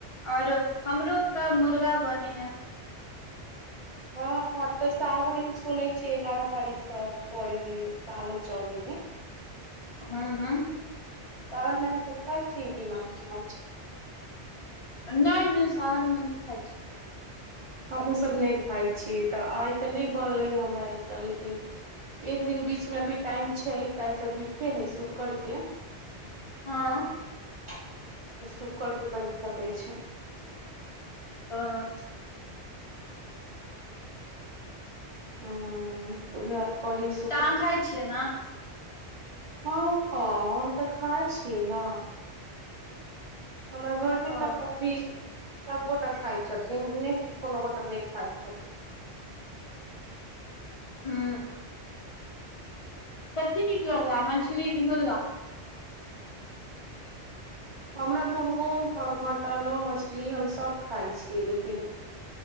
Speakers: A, on the left; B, on the right.
A: और हमरो तऽ मुर्गा बने हैं
B: हँ हँ तऽ साावन सुनै छियै एगारह तारीखसँ पड़े हेय सावन चढ़ै हेय
A: हूॅं हूॅं
B: सावनमे अहाँ सब खाइ छियै की माछ मौस
A: नहि नहि सावन मे नहि खाइ छि
B: हमहूँ सभ नहि खाइ छियै तऽ आइ तऽ नहि बनलै या हमरा एतय लेकिन एक दिन बीच मे अभी टाइम छै काल्हि तऽ बीफे हय शुक्र के
A: हँ
B: तऽ शुक्र के बनि सकै छै
A: <unintelligible>
B: हं त उहै कॉलेस
A: तऽ अहाँ खाइ छियै न
B: हँ हम तऽ खाइ छियै न हमरा घर मे
A: ओ
B: तऽ अभी सब गोटा खाइ छथिन इ नय कि कोनो गोटा नय खाय छथिन
A: हूं कथी नीक लगै हे मछली की मुर्गा
B: <inaudible> हमरा मुर्गो मटनो मछली हम सभ खाइ छियै लेकिन